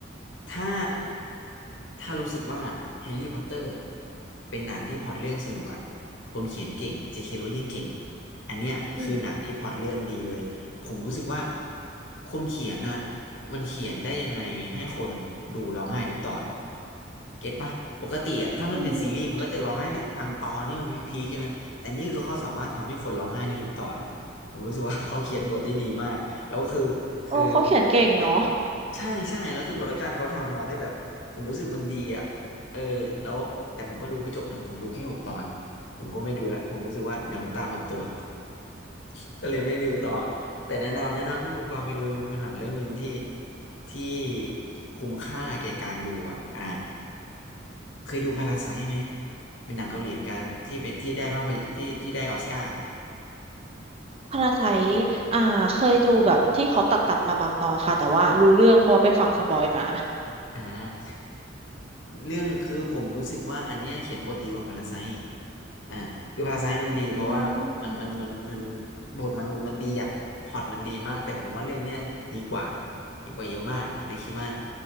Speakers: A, on the left; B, on the right.
A: ถ้าถ้ารู้สึกว่าแฮร์รี่พอตเตอร์เป็นหนังที่พล็อตเรื่องสนุกอ่ะคนเขียนเก่ง J.K. Rowling เก่งอะอันเนี้ยคือหนังที่พล็อตเรื่องดีเลยผมรู้สึกว่า
B: อืม
A: คนเขียนอ่ะมันเขียนได้ยังไงให้คนดูร้องไห้ทุกตอนเก็ตปะปกติอ่ะถ้ามันเป็นซีรีส์มันก็จะร้องไห้แค่บางตอนนี่มันวิกพีคใช่ไหม
B: อืม
A: แต่นี่คือเขาสามารถทำให้คนร้องไห้ได้ทุกตอนอ่ะผมรู้สึกว่า <laughs> เขาเขียนบทได้ดีมากแล้วคือคือ
B: โอ้เขาเขียนเก่งเนาะ
A: ใช่ใช่แล้วคือโปรดักชันเขาทำมาได้แบบผมรู้สึกมันดีอ่ะเออแล้วแต่ผมก็ดูไม่จบนะผมดูแค่หกตอนผมก็ไม่ดูละผมรู้สึกว่าเดี๋ยวน้ำตาหมดตัว <laughs> ก็เลยไม่ดูต่อแต่แนะนำแนะนำให้คุณกวางไปดูมันเป็นหนังเรื่องหนึ่งที่ที่คุ้มค่าแก่การดูอ่ะอ่ะเคยดูพาราไซ์ไหมเป็นหนังเกาหลีเหมือนกันที่เป็นที่ได้ภาพยที่ที่ได้ออสการ์
B: พาราไซอ่า เคยดูแบบที่เขาตัดตัดมาบางตอนค่ะ แต่ว่ารู้เรื่องเพราะว่าไปฟังสปอยมา
A: อ่าเรื่องคือผมรู้สึกว่าอันเนี้ยเขียนบทดีกว่าพาราไซต์อีกอ่าคือพาราไซต์มันดีเพราะว่ามันมันมันมัน
B: อืม
A: บทมนุษย์มันดีอะพล็อตมันดีมากแต่ผมว่าเรื่องเนี้ยดีกว่าดีกว่าเยอะมากเลยคิดว่า